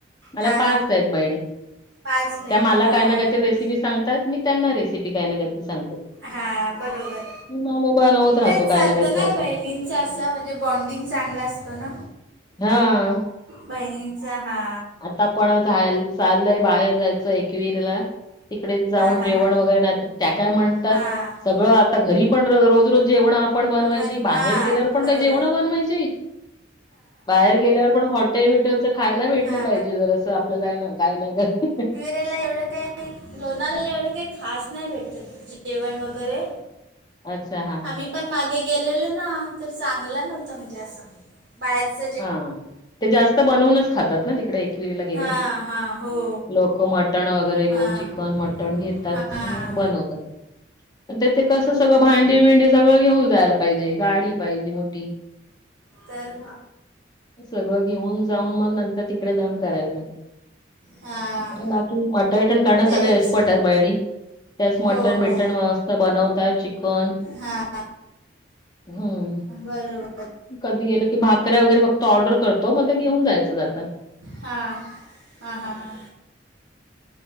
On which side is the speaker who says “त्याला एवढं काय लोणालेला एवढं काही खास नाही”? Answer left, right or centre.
Right